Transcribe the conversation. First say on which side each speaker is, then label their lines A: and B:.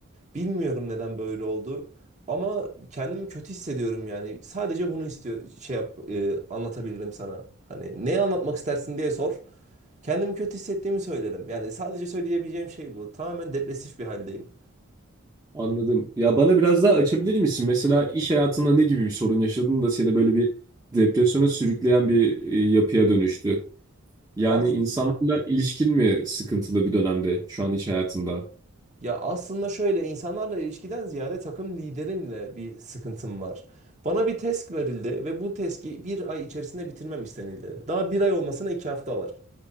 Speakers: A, on the right (about 35°); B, on the right (about 15°).
A: Bilmiyorum neden böyle oldu. Ama kendimi kötü hissediyorum yani. Sadece bunu istiyor şey yap e, anlatabilirim sana. Hani ne anlatmak istersin diye sor. Kendimi kötü hissettiğimi söylerim. Yani sadece söyleyebileceğim şey bu. Tamamen depresif bir haldeyim.
B: Anladım. Ya bana biraz daha açabilir misin? Mesela iş hayatında ne gibi bir sorun yaşadın da seni böyle bir depresyona sürükleyen bir e, yapıya dönüştü? Yani
A: As
B: insanlarla ilişkin mi sıkıntılı bir dönemde şu an iş hayatında?
A: ya aslında şöyle insanlarla ilişkiden ziyade takım liderimle bir sıkıntım var. Bana bir task verildi ve bu task'i bir ay içerisinde bitirmem istenildi. Daha bir ay olmasına iki hafta var.